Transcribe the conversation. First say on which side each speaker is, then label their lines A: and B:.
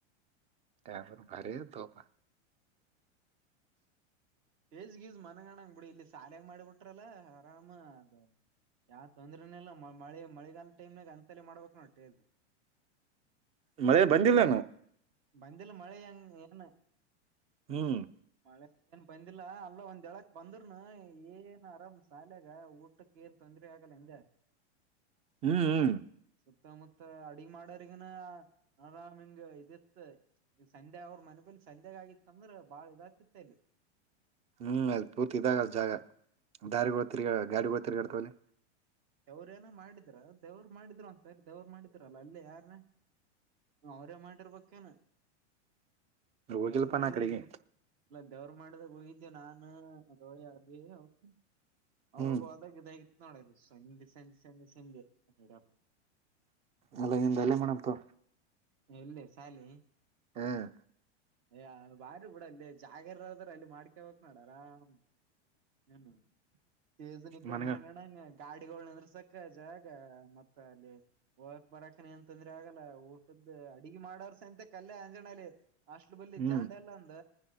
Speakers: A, on the right; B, on the right.
A: ಯ ಭಾರಿ ತೋಪ್ಪ.
B: ಸ್ಟೇಜ್ ಗೀಜ್ ಮನ್ಗಣಂಗ್ ಬಿಡಿ ಇಲ್ಲಿ ಶಾಲೆಗ ಮಾಡಿಬಿಟ್ರಲ್ಲ ಆರಾಮ ಅದ. ಯಾವ ತೊಂದ್ರೆನು ಇಲ್ಲ ಮ ಮಳೆ ಮಳೆಗಾಲ ಟೈಮ್ನಾಗ ಅಂತಲ್ಲಿ ಮಾಡ್ಬೇಕ್ ನೋಡು ಟೇಲ್ದು.
A: ಮಳೆ ಬಂದಿಲ್ಲಯೇನೊ.
B: ಬಂದಿಲ್ಲ ಮಳೆ ಹೆಂಗ್ ಏನು.
A: ಹ್ಮ್
B: ಮಳೆ ಏನ್ ಬಂದಿಲ್ಲ ಅಲ್ಲ ಒಂದೆಳಕ್ ಬಂದ್ರನು ಏನ್ ಆರಾಮ್ ಸಾಲಯಾಗ ಊಟಕ್ಕೆ ಏನ್ ತೊಂದ <unintelligible> ದ್ರೆ ಆಗಲ್ಲ ಎಂದೆ.
A: ಹ್ಮ್ ಹ್ಮ್
B: ಸುತ್ತಮುತ್ತ ಅಡಗ್ ಮಾಡ್ಯರಿಗುನ ಆರಾಮ್ ಹಿಂಗ ಇದ ಈತ್ <unintelligible> ತ್ ಸಂಡೆ ಅವ್ರ ಮನೆಬೇಲಿ ಸಂಜೆಗಾಗಿತ್ತ ಅಂದ್ರೇ ಬಾಳ್ ಇದಾಗತಿತ್ತ ಇಲ್ಲಿ.
A: ಹ್ಮ್ ಅದ ಪೂರ್ತಿ ಇದಾಗ ಅದ ಜಾಗ ದಾರಿಗಳು ತಿರ್ಗಾ ಗಾಡಿಗಳು ತಿರ್ಗಾಡ್ತಾವಲ್ಲಿ.
B: ದವ್ರೇಏನೋ ಮಾಡಿದ್ರ ದೇವ್ರ ಮಾಡಿದ್ರ ಒಂದ್ ಸರಿ ದೇವ್ರ ಮಾಡಿದ್ರಲ್ಲ ಅಲ್ಲೇ ಯಾರನ. ಅವ್ರೇ ಮಾಡಿರ್ಬೇಕೇನ
A: ಹೋಗಿಲ್ಪಾ
B: ದೇವ್ರ ಮಾಡ್ದೇ
A: ನಾ ಕಡೆಗೆ
B: ಇನ. ಇಲ್ಲ ದೇವ್ರು ಮಾಡಿದಾಗ ಹೋಗಿದ್ದೇ ನಾನು ರೋಳಿ ಆಬಿ ಅವ್ರುದು. ಅವಾಗ
A: ಹ್ಮ್
B: ಹೋದಾಗ ಇದಾಗಿತ್ತು ನೋಡಲ್ಲಿ ಸಂಜೆ ಸಂಜೆ ಸಂಜೆ ಸಂಜೆಡಪ್ಪ.
A: ಅಲ್ಲಿಗಿಂದ ಅಲ್ಲೇ ಮಾಡಂತೊ.
B: ಎಲ್ಲಿೇ ಶಾಲಿ
A: ಹ್ಮ್
B: ಯ ಬಾರಿ ಬಿೂಡ ಅಲ್ಲಿೇ ಜಾಗರದ್ರ ಅಲ್ಲಿ ಮಾಡ್ಕವಕ್ ನೋಡ ಆರಾಮ್ ಹಏನು ತೇಜುಿನ ಇಕಡೆ
A: ಮನ್ಗ
B: ಮನೆಗೆ ಕಣಂಗ ಗಾಡಿಗಳ ನಿಂದ್ರಸಕ ಜಾಗ ಮತ್ತ ಅಲ್ಲಿ ಹೋಗಕ್ ಬರಕ ಏನ್ ತಂದ್ರೆ ಆಗಲ್ಲ ಊಟದ ಅಡಿಗೆ ಮಾಡೋರ್ ಸಂತೆ ಕಲ್ಲ ಅಂಜನಲ್ಲಿ ಅಸ್ಲ್ ಬಲ್ಲಿಿ
A: ಹ್ಮ್
B: ಜಾಂಡ ಎಲ್ಲ ಅಂದ